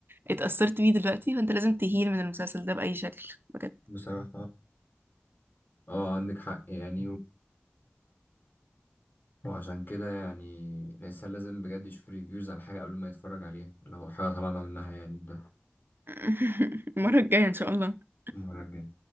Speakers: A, on the right; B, on the left.
A: اتأثرت بيه دلوقتي فانت لازم تهيل من المسلسل ده بأي شكل بجد
B: بصراحة اه عندك حق يعني و- وعشان كده يعني الإنسان لازم بجد يشوف ريفيوز على حاجة قبل ما يتفرج عليها لو حاجة طلعنا منها يعني بده
A: <laughs> المرة الجاية ان شاء الله
B: المرة الجاية